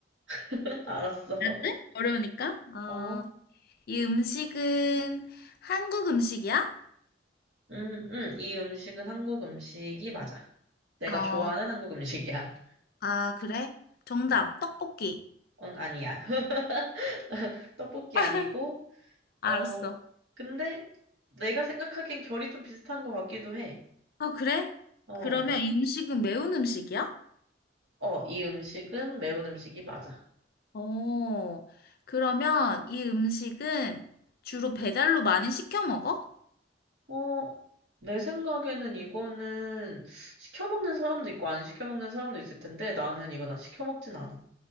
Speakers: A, on the right; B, on the left.
A: <laughs> 알았어.
B: 그래? 어려우니까. 어,
A: 어,
B: 이 음식은 한국 음식이야?
A: 음, 음, 이 음식은 한국 음식이 맞아. 내가
B: 어,
A: 좋아하는 한국 음식이야.
B: 아, 그래? 정답,
A: 음,
B: 떡볶이.
A: 응, 아니야. <laughs> 떡볶이
B: <laughs>
A: 아니고,
B: 알았어.
A: 어, 근데 내가 생각하기엔 결이 좀 비슷한 것 같기도 해.
B: 어, 그래?
A: 어,
B: 그러면 이 음식은 매운 음식이야?
A: 어, 이 음식은 매운 음식이 맞아.
B: 어, 그러면 이 음식은 주로 배달로 많이 시켜 먹어?
A: 어, 내 생각에는 이거는 시켜 먹는 사람도 있고 안 시켜 먹는 사람도 있을 텐데 나는 이거 난 시켜 먹진 않아.